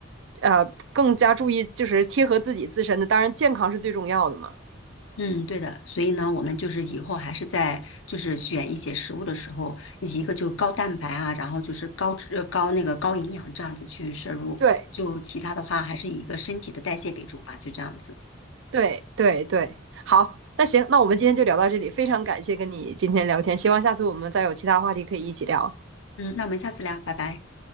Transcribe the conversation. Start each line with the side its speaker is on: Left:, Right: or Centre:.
Right: 呃，更加注意就是贴合自己自身的，当然健康是最重要的嘛。
Left: 嗯，对的。所以呢，我们就是以后还是在就是选一些食物的时候，一个就高蛋白啊，然后就是高脂呃高那个高营养这样子去摄入，
Right: 对
Left: 就其他的话还是以一个身体的代谢为主吧，就这样子。
Right: 对对对，好，那行，那我们今天就聊到这里，非常感谢跟你今天聊天，希望下次我们再有其他话题可以一起聊，
Left: 嗯，那我们下次聊，拜拜。